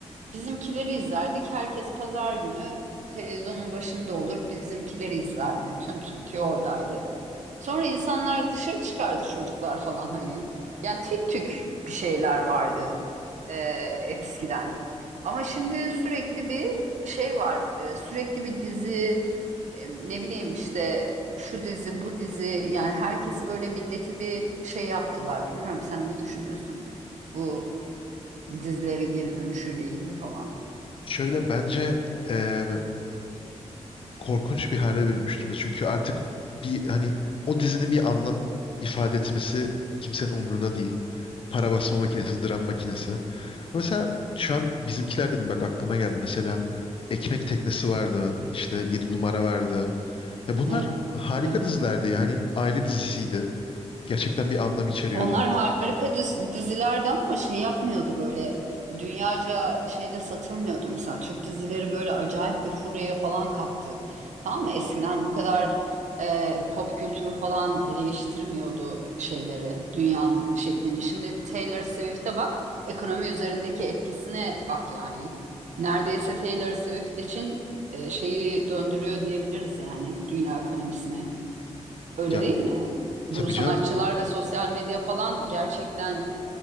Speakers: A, on the right; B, on the left.
A: Bizimkileri izlerdik. Herkes pazar günü televizyonun başında olur. Bizimkileri izlerdi. Tüm Türkiye oradaydı. Sonra insanlar dışarı çıkardı çocuklar falan hani. Yani tek tük bir şeyler vardı e, eskiden. Ama şimdi sürekli bir şey var. E, sürekli bir dizi, e, ne bileyim işte şu dizi, bu dizi. Yani herkesi böyle milleti bir şey yaptılar. Bilmiyorum sen ne düşünüyorsun bu dizileri geri dönüşüyle ilgili falan.
B: Şöyle bence e, korkunç bir hale bürünmüş durumda. Çünkü artık bir hani o dizinin bir anlam ifade etmesi kimsenin umruna değil. Para basma makinesi, dram makinesi. Mesela şu an bizimkiler dedim bak aklıma geldi. Mesela Ekmek Teknesi vardı. işte yedi numara vardı. Ya bunlar
A: Evet,
B: harika
A: evet.
B: dizilerdi. Yani aile dizisiydi. Gerçekten bir anlam içeriyordu.
A: Onlar harika diz- dizilerdi ama şey yapmıyordu böyle dünyaca şeyde satılmıyordu mesela. Türk dizileri böyle acayip bir furyaya falan kalktı. Tamam mı? Eskiden bu kadar e, pop kültürü falan değiştirmiyordu şeyleri, dünyanın şeklini. Şimdi Taylor Swift'e bak, ekonomi üzerindeki etkisine bak yani. Neredeyse Taylor Swift için e, şeyi döndürüyor diyebiliriz yani dünya ekonomisine. Öyle
B: Ya
A: değil mi?
B: tabii
A: Bu sanatçılar
B: canım.
A: ve sosyal medya falan gerçekten